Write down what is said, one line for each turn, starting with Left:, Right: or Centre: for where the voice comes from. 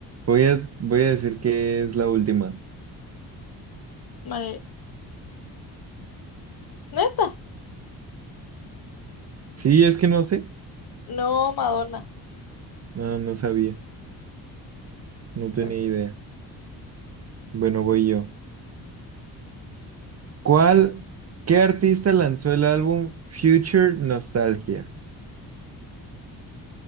Right: voy a, voy a decir que es la última.
Left: Mari- ¿Neta?
Right: Sí, es que no sé.
Left: No, Madonna.
Right: No, no sabía. No tenía
Left: Ok.
Right: idea. Bueno, voy yo. ¿Cuál? ¿Qué artista lanzó el álbum Future Nostalgia?